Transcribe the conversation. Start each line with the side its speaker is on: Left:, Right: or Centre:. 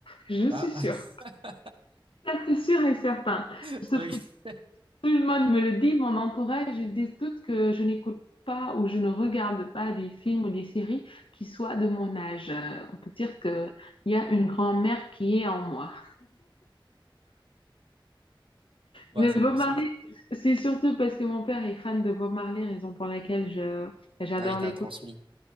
Left: Je
Right: Ah!
Left: suis sûre.
Right: <laughs>
Left: Ça, c'est sûr et certain.
Right: <laughs>
Left: Sauf
Right: Ok.
Left: que Tout le monde me le dit, mon entourage, ils disent tous que je n'écoute pas ou je ne regarde pas des films ou des séries qui soient de mon âge. Euh, on peut dire qu'il y a une grand-mère qui est en moi.
Right: Bah,
Left: Mais
Right: c'est
Left: Bob
Right: bon signe,
Left: Marley,
Right: ça.
Left: c'est surtout parce que mon père est fan de Bob Marley, raison pour laquelle je, j'adore
Right: Ah, il t'a
Left: l'écouter.
Right: transmis.